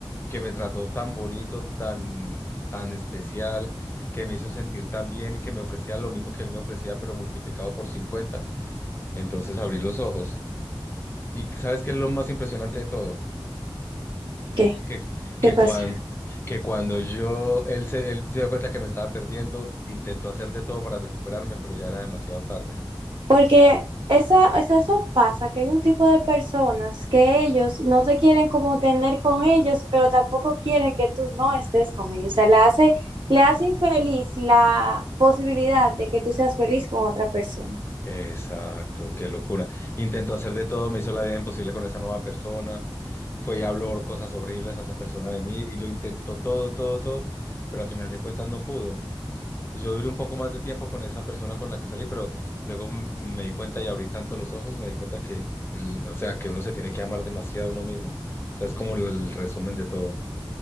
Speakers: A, on the left (about 25°); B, on the right (about 60°).
A: que me trató tan bonito, tan, tan especial, que me hizo sentir tan bien y que me ofrecía lo mismo que él me ofrecía, pero multiplicado por 50. Entonces abrí los ojos. ¿Y sabes qué es lo más impresionante de todo?
B: ¿Qué?
A: que,
B: ¿Qué
A: que,
B: pasó?
A: cuan- que cuando yo, él se, él se dio cuenta que me estaba perdiendo, intentó hacer de todo para recuperarme, pero ya era demasiado tarde.
B: Porque esa, eso, eso pasa, que hay un tipo de personas que ellos no te quieren como tener con ellos, pero tampoco quieren que tú no estés con ellos. O sea, le hace, le hace infeliz la posibilidad de que tú seas feliz con otra persona.
A: Exacto, qué locura. Intentó hacer de todo, me hizo la vida imposible con esa nueva persona, fue y habló cosas horribles a esa persona de mí y lo intentó todo, todo, todo, pero al final de cuentas no pudo. Y yo duré un poco más de tiempo con esa persona con la que salí, pero luego m- me di cuenta y abrí tanto los ojos, me di cuenta que, el, o sea, que uno se tiene que amar demasiado a uno mismo. O sea, es como el, el resumen de todo.